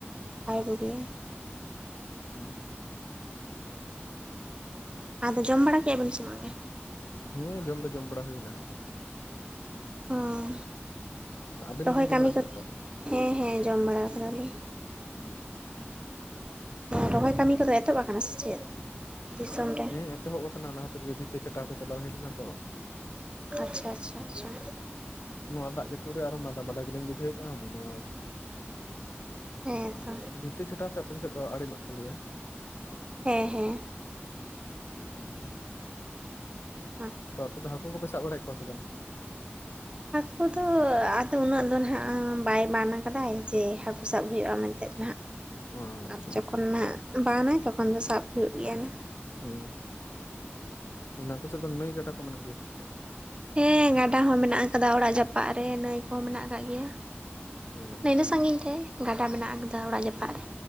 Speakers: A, on the right (about 25°); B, on the left (about 70°).
A: ᱵᱟᱭ ᱵᱩᱜᱤᱭᱟ ᱾
B: ᱦᱩᱸ ᱾ <unintelligible>
A: ᱟᱫᱚ ᱡᱚᱢ ᱵᱟᱲᱟ ᱠᱮᱜᱼᱟ ᱵᱤᱱ ᱥᱮ ᱵᱟᱝᱜᱮ?
B: ᱦᱩᱸ ᱡᱚᱢ ᱫᱚ ᱡᱚᱢ ᱵᱟᱲᱟ ᱦᱩᱭᱱᱟ ᱾
A: ᱦᱚᱸ
B: ᱟᱵᱮᱱ
A: ᱨᱚᱦᱚᱭ
B: ᱵᱤᱱ ᱡᱚᱢ
A: ᱠᱟᱹᱢᱤ
B: ᱵᱟᱲᱟ
A: ᱠᱚ
B: ᱠᱮᱫᱟ ᱥᱮ ᱟᱹᱣᱨᱤ?
A: ᱦᱮᱸ ᱦᱮᱸ ᱡᱚᱢ ᱵᱟᱲᱟ ᱟᱠᱟᱫᱟᱞᱤᱧ ᱾
B: ᱦᱩᱸ
A: ᱨᱚᱦᱚᱭ ᱠᱟᱹᱢᱤ ᱠᱚᱫᱚ ᱮᱛᱚᱦᱚᱵ ᱟᱠᱟᱱᱟ ᱥᱮ ᱪᱮᱫ? ᱫᱤᱥᱚᱢ ᱨᱮ
B: ᱦᱮᱸ ᱮᱛᱚᱦᱚᱵ ᱟᱠᱟᱱᱟ ᱱᱟᱦᱟᱛᱮ ᱨᱮᱜᱮ ᱵᱷᱤᱛᱤᱨ ᱪᱟᱴᱟ ᱠᱚ ᱪᱟᱞᱟᱣ ᱦᱮᱡ ᱞᱮᱱᱟ ᱛᱚ
A: ᱟᱪᱪᱷᱟ ᱟᱪᱪᱷᱟ ᱟᱪᱪᱷᱟ
B: ᱱᱚᱣᱟ ᱫᱟᱜ ᱡᱟ. ᱯᱩᱫ ᱟᱨᱦᱚ ᱢᱟᱫᱟ ᱢᱟᱫᱟ ᱜᱮᱞᱤᱧ ᱵᱩᱡᱷᱟᱹᱣᱮᱫᱼᱟ ᱟᱫᱚ
A: ᱦᱮᱸ ᱛᱚ
B: ᱵᱷᱤᱛᱟ. ᱪᱷᱟᱴᱟᱣ ᱥᱮ ᱟᱯᱮ ᱥᱮᱫ ᱫᱚ ᱟᱲᱮᱢᱟᱜ ᱠᱚ ᱞᱟᱹᱭᱟ?
A: ᱦᱮᱸ ᱦᱮᱸ
B: ᱦᱩᱸ
A: ᱚᱱᱟᱛᱮ
B: ᱛᱚ ᱟᱯᱮ ᱫᱚ ᱦᱟᱹᱠᱩ ᱠᱚᱯᱮ ᱥᱟᱵ ᱵᱟᱲᱟᱭᱮᱫ ᱠᱚᱣᱟ ᱥᱮ ᱵᱟᱝ
A: ᱦᱠᱩ ᱫᱚ ᱟᱫᱚ ᱩᱱᱟᱹᱜ ᱟᱫᱚ ᱱᱟᱦᱟᱜ ᱵᱟᱭ ᱵᱟᱱ ᱟᱠᱟᱫᱟᱭ ᱡᱮ ᱦᱟᱹᱠᱩ ᱥᱟᱵ ᱦᱩᱭᱩᱜᱼᱟ ᱢᱮᱱᱛᱮᱫ ᱱᱟᱜ
B: ᱚ ᱟᱪᱪᱷᱟ
A: ᱟᱫ ᱡᱚᱠᱷᱚᱱ ᱱᱟᱦᱟᱜ ᱵᱟᱱᱟᱭ ᱛᱚᱠᱷᱚᱱ ᱫᱚ ᱥᱟᱵ ᱦᱩᱭᱩᱜ ᱜᱮᱭᱟ ᱱᱟ
B: ᱩ ᱚᱱᱟ ᱯᱟᱥᱮᱫ ᱫᱚ ᱱᱟᱹᱭ ᱜᱟᱰᱟ ᱠᱚ ᱢᱮᱱᱟᱜ ᱜᱮᱭᱟ ᱥᱮ ᱪᱮᱫ
A: ᱦᱮᱸ ᱜᱟᱰᱟ ᱦᱚᱸ ᱢᱮᱱᱟᱜ ᱟᱠᱟᱫᱟ ᱚᱲᱟᱜ ᱡᱟᱯᱟᱜᱫ ᱨᱮ ᱱᱟᱹᱭ ᱠᱚᱦᱚᱸ ᱢᱮᱱᱟᱜ ᱟᱠᱟᱫ ᱜᱮᱭᱟ᱾
B: ᱚ ᱟᱪᱪᱷᱟ
A: ᱤᱱᱟᱹ ᱥᱟᱺᱜᱤᱧ ᱨᱮ ᱜᱟᱰᱟ ᱢᱮᱱᱟᱜ ᱟᱠᱟᱫᱟ ᱚᱲᱟᱜ ᱡᱟᱯᱟᱜᱫ ᱨᱮ